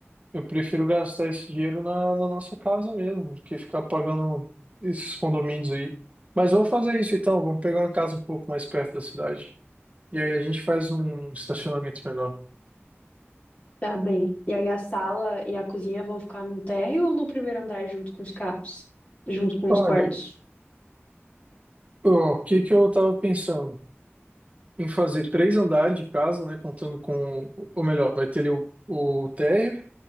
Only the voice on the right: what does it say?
Eu prefiro gastar esse dinheiro na, na nossa casa mesmo, do que ficar pagando esses condomínios aí. Mas vamos fazer isso então, vamos pegar uma casa um pouco mais perto da cidade. E aí a gente faz um estacionamento menor.
Olha,
ó, o que que eu tava pensando? Em fazer três andares de casa, né? Contando com, ou melhor, vai ter ali o, o térreo,